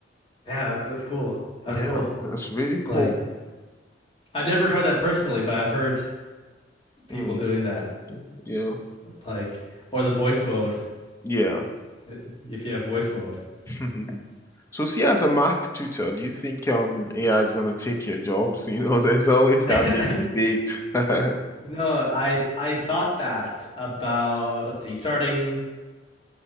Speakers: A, on the left; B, on the left.
A: Yeah, that's that's cool. That's
B: Yeah,
A: cool.
B: that's really cool.
A: Like I've never tried that personally, but I've heard people
B: Mm,
A: doing that.
B: yeah,
A: Like or the voice mode,
B: yeah.
A: i- if you have voice mode.
B: <laughs> So, see, as a math tutor, do you think um AI is gonna take your jobs? You know, <laughs> there's always that
A: <laughs>
B: big debate. <laughs>
A: No, I I thought that about let's see, starting